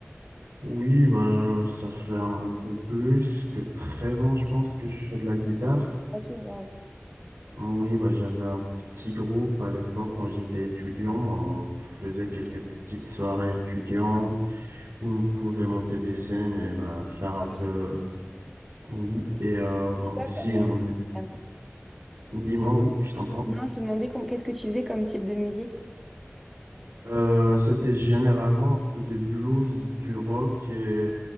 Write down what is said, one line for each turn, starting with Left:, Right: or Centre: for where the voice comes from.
Right: Oui, ben, ça fait un peu plus que 13 ans, je pense, que je fais de la guitare.
Centre: Ok, bon,
Right: Oui, bah, j'avais un petit groupe à l'époque quand j'étais étudiant. Bah, On faisait quelques petites soirées étudiants où on pouvait monter des scènes et bah, faire un peu.
Centre: j'ai
Right: euh, Oui, et euh, bah,
Centre: j'ai pas
Right: aussi
Centre: comme...
Right: une.
Centre: moi.
Right: ambi-
Centre: Pardon.
Right: Dis-moi, oui, je t'entends.
Centre: Non, je demandais comme- qu'est-ce que tu faisais comme type de musique?
Right: Euh, c'était généralement un peu de blues, du rock et